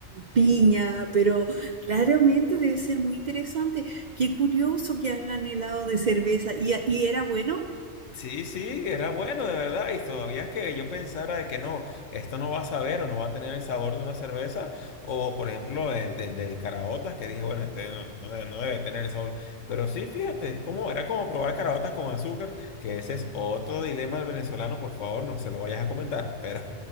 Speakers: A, on the right; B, on the left.
A: piña, pero claramente debe ser muy interesante. Qué curioso que hagan helado de cerveza. ¿Y, y era bueno?
B: Sí, sí, era bueno, de verdad. Y todavía es que yo pensara de que no, esto no va a saber o no va a tener el sabor de una cerveza. O, por ejemplo, el del, del caraotas, que dije, bueno, este no, no debe, no debe tener el sabor. Pero sí, fíjate, es como, era como probar caraotas con azúcar, que ese es otro dilema del venezolano. Por favor, no se lo vayas a comentar. Pero